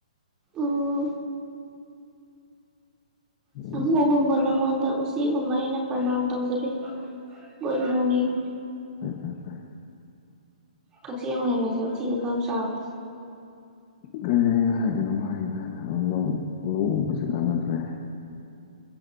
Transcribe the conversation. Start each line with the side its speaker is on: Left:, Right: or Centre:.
Right: ꯑꯣ꯫
Left: ꯎꯝ
Right: ꯁꯃꯨꯒꯨꯝꯕ ꯅꯪꯉꯣꯟꯗ ꯎꯁꯤꯠ ꯆꯤꯒꯨꯝꯕ ꯑꯩꯅ ꯄ꯭ꯔꯅꯥꯝ ꯇꯧꯖꯔꯤ ꯒꯨꯗ ꯃꯣꯔꯅꯤꯡ꯫
Left: ꯐꯩ ꯐꯩ ꯐꯩ꯫
Right: ꯀꯛꯆꯦꯡ ꯑꯣꯏꯅ ꯂꯩꯖꯔꯦ ꯎꯆꯤꯗꯤ ꯈꯔ ꯆꯥꯎꯔꯦ꯫
Left: ꯀꯔꯤ ꯉꯁꯥꯏ ꯀꯩꯅꯣꯝ ꯍꯥꯏꯒꯤꯗꯥꯏꯅꯦ, ꯂꯧ ꯂꯧ ꯎꯕꯁꯦ ꯀꯥꯟꯅꯗ꯭ꯔꯦ,